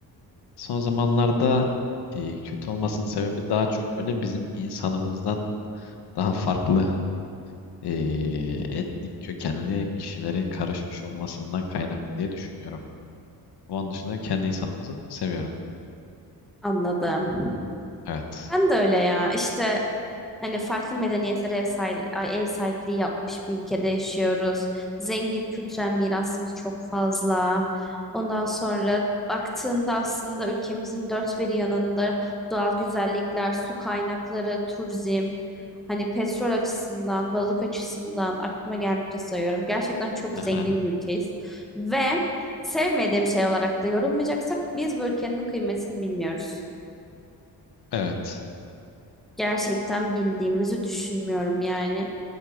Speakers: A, on the left; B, in the centre.
A: Son zamanlarda e, kötü olmasının sebebi daha çok böyle bizim insanımızdan daha farklı e, etnik kökenli kişilerin karışmış olmasından kaynaklı diye düşünüyorum. Onun dışında kendi insanımızı seviyorum.
B: Anladım.
A: Evet.
B: Ben de öyle ya. İşte hani farklı medeniyetlere ev, sahipliği, ev sahipliği yapmış bir ülkede yaşıyoruz. Zengin kültürel mirasımız çok fazla. Ondan sonra baktığında aslında ülkemizin dört bir yanında doğal güzellikler, su kaynakları, turizm, hani petrol açısından, balık açısından aklıma geldikçe sayıyorum. Gerçekten çok
A: Aha.
B: zengin bir ülkeyiz. Ve sevmediğim şey olarak da yorumlayacaksak biz bu ülkenin kıymetini bilmiyoruz
A: Evet.
B: gerçekten bildiğimizi düşünmüyorum yani.